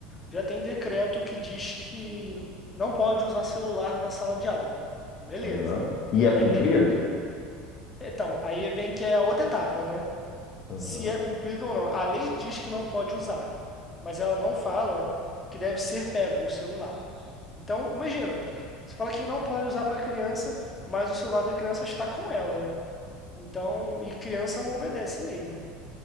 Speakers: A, on the left; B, on the left.
A: já tem decreto que diz que não pode usar celular na sala de aula. Beleza,
B: aham. E é cumprido?
A: é lei. Então, aí vem que é a outra etapa, né?
B: Aham.
A: se é cumprido ou não. A lei diz que não pode usar, mas ela não fala que deve ser pego o celular. Então, imagina, você fala que não pode usar para criança, mas o celular da criança está com ela, né? Então, e criança não obedece lei, né?